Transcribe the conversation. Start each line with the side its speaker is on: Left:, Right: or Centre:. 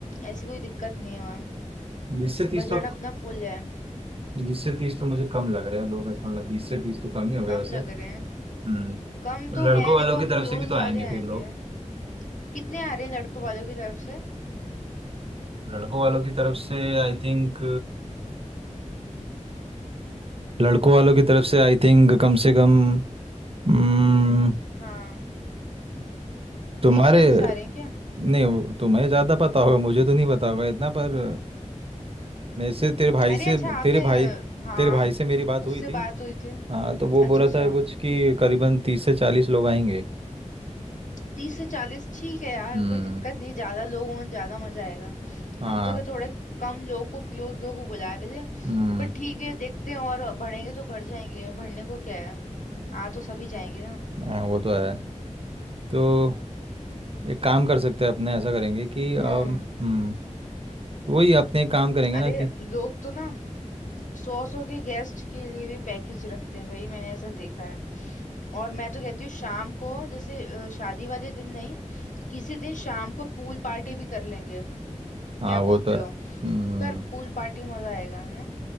Left: ऐसी कोई दिक्कत नहीं है वहाँ
Right: बीस से तीस
Left: बजट
Right: तो
Left: अपना फुल है
Right: बीस से तीस तो मुझे कम लग रहा है लोग मतलब बीस से तीस तो कम ही हो गए
Left: कम
Right: वैसे
Left: लग रहे हैं
Right: हम्म
Left: कम तो
Right: लड़कों
Left: है
Right: वालों
Left: देखो
Right: की
Left: अब
Right: तरफ
Left: क्लोज
Right: से भी तो आएंगे
Left: वाले
Right: फिर
Left: आएंगे
Right: लोग
Left: कितने आ रहे हैं लड़कों वालों की तरफ से
Right: लड़कों वालों की तरफ से आई थिंक लड़कों वालों की तरफ से आई थिंक कम से कम हम्म,
Left: हाँ
Right: तुम्हारे
Left: तीस चालीस आ रहे हैं क्या?
Right: नहीं तुम्हें ज़्यादा पता होगा मुझे तो नहीं पता होगा इतना पर मेरे से तेरे भाई
Left: अरे
Right: से
Left: अच्छा आपने
Right: तेरे भाई
Left: हाँ
Right: तेरे भाई से मेरी बात
Left: उससे
Right: हुई थी
Left: बात हुई थी
Right: हाँ तो वो
Left: अच्छा
Right: बोला
Left: अच्छा
Right: था कुछ कि करीबन तीस से चालीस लोग आएंगे
Left: तीस से चालीस ठीक है यार
Right: हम्म
Left: कोई दिक्कत नहीं ज्यादा लोग हों ज्यादा मजा आएगा
Right: हाँ
Left: हम तो क्या थोड़े कम लोगों को क्लोज लोगों को बुला रहे थे
Right: हम्म
Left: बट ठीक है देखते हैं और बढ़ेंगे तो बढ़ जाएंगे बढ़ने को क्या है आ तो सभी जाएंगे ना
Right: हाँ, वो तो है तो एक काम कर सकते हैं अपने ऐसा करेंगे कि अम,
Left: हम्म
Right: हम्म तो वही अपने एक काम करेंगे
Left: अरे
Right: ना कि
Left: लोग तो ना सौ सौ के गेस्ट के लिए भी पैकेज रखते हैं भाई मैंने ऐसा देखा है और मैं तो कहती हूँ शाम को जैसे अ, शादी वाले दिन नहीं किसी दिन शाम को पूल पार्टी भी कर लेंगे
Right: हाँ
Left: क्या
Right: वो
Left: बोलते
Right: तो है
Left: हो
Right: हम्म
Left: कर पूल पार्टी मजा आएगा है ना